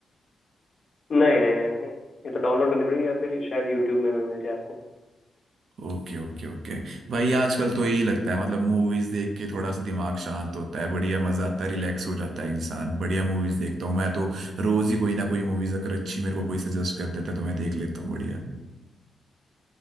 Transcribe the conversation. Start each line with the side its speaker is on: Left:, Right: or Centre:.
Left: नहीं नहीं नहीं नहीं ये तो डाउनलोड करनी पड़ेगी या फिर शायद यूट्यूब में भी मिल जाए आपको
Right: Okay okay okay भाई आजकल तो यही लगता है मतलब मूवीज देख के थोड़ा सा दिमाग शांत होता है बढ़िया मजा आता है रिलैक्स हो जाता है इंसान बढ़िया मूवीज देखता हूँ मैं तो रोज ही कोई ना कोई मूवीज अगर अच्छी मेरे को कोई सजेस्ट कर देता है तो मैं देख लेता हूँ बढ़िया